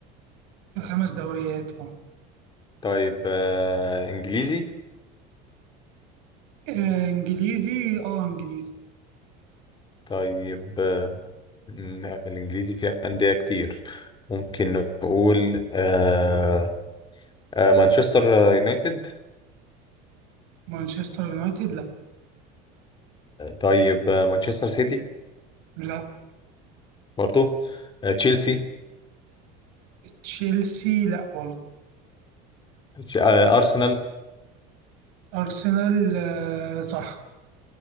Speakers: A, on the right; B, on the left.
A: في خمس دوريات اه
B: طيب آه انجليزي
A: آه، انجليزي اه انجليزي
B: طيب آه م- الانجليزي فيها انديه كتير ممكن نقول آه آه مانشستر يونايتد
A: مانشستر يونايتد لا
B: طيب آه مانشستر سيتي
A: لا
B: برضو آه تشيلسي
A: تشيلسي لا برضه
B: آه ارسنال
A: ارسنال آه صح